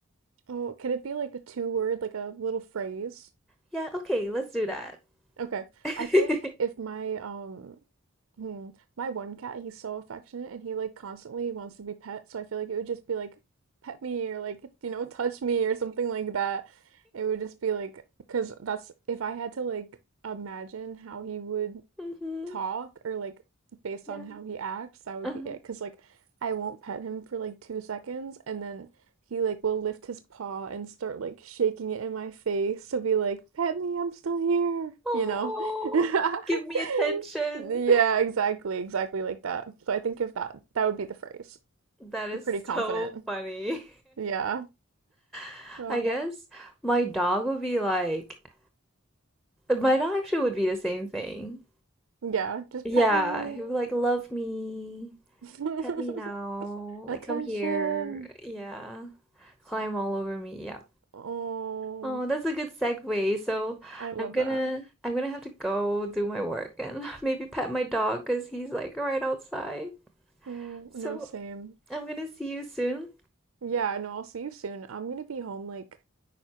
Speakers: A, on the right; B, in the centre.
A: Oh, could it be like a two word, like a little phrase?
B: Yeah, okay, let's do that.
A: Okay.
B: <laughs>
A: I feel like if my um hmm, my one cat, he's so affectionate and he like constantly wants to be pet, so I feel like it would just be like pet me or like you know touch me or something like that. It would just be like because that's if I had to like imagine how he would
B: hmm
A: talk or like based
B: Yeah.
A: on how he acts, that would
B: uh-huh.
A: be it. Cause like I won't pet him for like two seconds and then he like will lift his paw and start like shaking it in my face to be like, pet me, I'm still here,
B: Oh,
A: you know? <laughs>
B: give me attention.
A: Yeah,
B: <laughs>
A: exactly, exactly like that. So I think if that that would be the phrase.
B: That is
A: I'm pretty confident.
B: so funny.
A: Yeah.
B: <laughs>
A: Uh,
B: I guess my dog would be like, my dog actually would be the same thing.
A: yeah, just
B: Yeah,
A: pet me.
B: he would like love me.
A: <laughs>
B: Pet me now.
A: Attention.
B: Like, come here. Yeah. Climb all over me. Yeah.
A: Oh,
B: Oh, that's a good segue. So
A: I love
B: I'm gonna
A: that.
B: I'm gonna have to go do my work and <laughs> maybe pet my dog because he's like right outside.
A: Oh,
B: So
A: no, same.
B: I'm gonna see you soon.
A: Yeah, no, I'll see you soon. I'm gonna be home like